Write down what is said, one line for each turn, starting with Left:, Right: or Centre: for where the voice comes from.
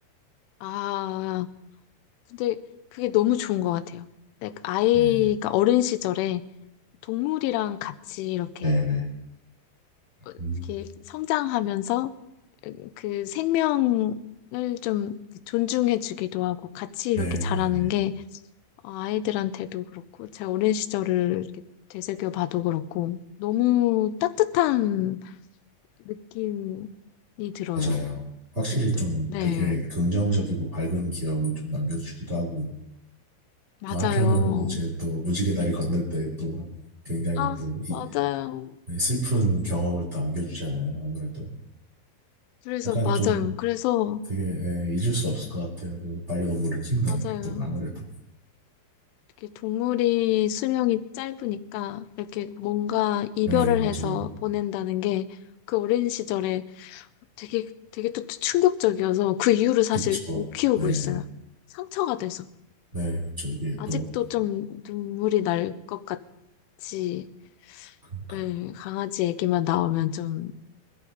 Left: 아, 근데 그게 너무 좋은 것 같아요. 네, 아이가
Right: 네네,
Left: 어린 시절에 동물이랑 같이 이렇게,
Right: 네네.
Left: 어, 이렇게
Right: 음,
Left: 성장하면서 그 생명을 좀 존중해주기도 하고 같이 이렇게
Right: 네네네.
Left: 자라는 게 아이들한테도 그렇고, 제 어린 시절을 이렇게 되새겨 봐도 그렇고, 너무 따뜻한 느낌이 들어요.
Right: 맞아요. 확실히
Left: 아직도.
Right: 좀
Left: 네.
Right: 되게 긍정적이고 밝은 기억을 좀 남겨주기도 하고,
Left: 맞아요.
Right: 또 한편으로는 이제 또 무지개 다리 건널 때 또 굉장히
Left: 아,
Right: 또 이-
Left: 맞아요.
Right: 네, 슬픈 경험을 또 안겨주잖아요. 아무래도
Left: 그래서,
Right: 약간
Left: 맞아요.
Right: 좀
Left: 그래서,
Right: 되게 예, 잊을 수 없을 것 같아요. 그 반려동물을 키운다는
Left: 맞아요.
Right: 게 또 아무래도
Left: 이렇게 동물이 수명이 짧으니까, 이렇게 뭔가 이별을
Right: 네 맞아요.
Left: 해서 보낸다는 게, 그 어린 시절에 되게, 되게 또 충격적이어서, 그 이후로 사실
Right: 그쵸.
Left: 못 키우고
Right: 네,
Left: 있어요. 상처가 돼서.
Right: 네 그쵸. 이게
Left: 아직도
Right: 또
Left: 좀 눈물이 날 것 같지.
Right: 그러니까
Left: 예, 강아지 얘기만 나오면 좀,